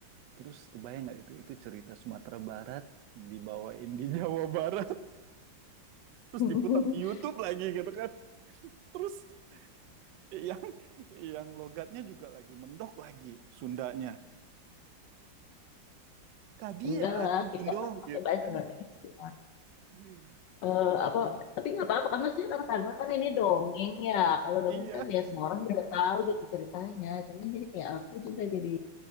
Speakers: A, on the right (about 70°); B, on the left (about 70°).
A: Terus kebayang nggak itu itu cerita Sumatera Barat dibawain di Jawa Barat <laughs> terus
B: <laughs>
A: diputar di YouTube lagi gitu kan. Terus yang yang logatnya juga lagi mendok lagi Sundanya. Kadia
B: Enggak
A: atuh
B: lah,
A: bundo
B: kita kan pakai
A: gitu
B: bahasa
A: kan.
B: Indonesia.
A: Iya.
B: Eh, apa? Tapi nggak apa-apa kan maksudnya karena, karena kan ini dongeng ya. Kalau dongeng
A: Iya.
B: kan ya semua orang juga tahu gitu ceritanya. Cuman jadi kayak aku juga jadi